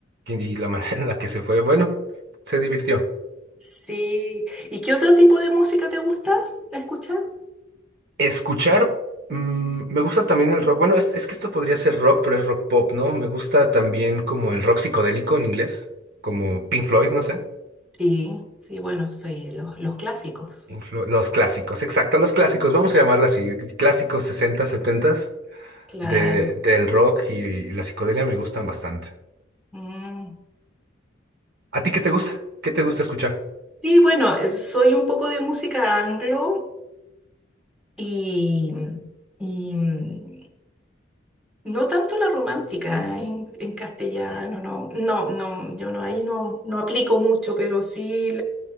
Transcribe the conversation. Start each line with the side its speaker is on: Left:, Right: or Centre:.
Right: Y y la <laughs> manera en la que se fue, bueno, se divirtió.
Centre: Sí, ¿y qué otro tipo de música te gusta escuchar?
Right: Escuchar, mm, me gusta también el rock. Bueno, es, es que esto podría ser rock, pero es rock pop, ¿no? Me gusta también como el rock psicodélico en inglés, como Pink Floyd, no sé.
Centre: Sí, sí, bueno, soy los, los clásicos.
Right: Influ- los clásicos, exacto, los clásicos, vamos a llamarla así, clásicos 60, 70
Centre: Claro.
Right: de, del rock y, la psicodelia me gustan bastante.
Centre: Mm.
Right: ¿A ti qué te gusta? ¿Qué te gusta escuchar?
Centre: Sí, bueno, eh, soy un poco de música anglo y, y, mm, no tanto la romántica en, en castellano, no, no, no, yo no, ahí no, no aplico mucho, pero sí